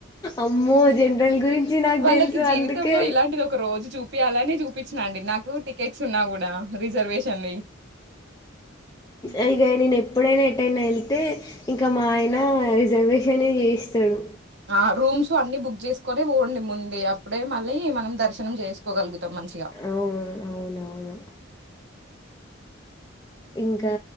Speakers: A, on the left; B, on the right.
A: అమ్మో జనరల్ గురించి నాకు
B: వాళ్ళకి
A: తెలుసు
B: జీవితంలో
A: అందుకే
B: ఇలాంటిది ఒక రోజు చూపియాలని చూపించినండి నాకు టికెట్ ఉన్నా కూడా రిజర్వేషన్వి.
A: అ గయ ని ఎప్పుడైనా ఎటెయిన వెళ్తే ఇంకా మా ఆయన రిజర్వేషన్ చేయిస్తాడు
B: ఆ రూమ్స్ అన్ని బుక్ చేసుకుని పోండి ముందగా అప్పుడే మళ్ళీ మనం దర్శనం చేసుకోగలుగుతాం మంచిగా
A: అవును అవునవును ఇంకా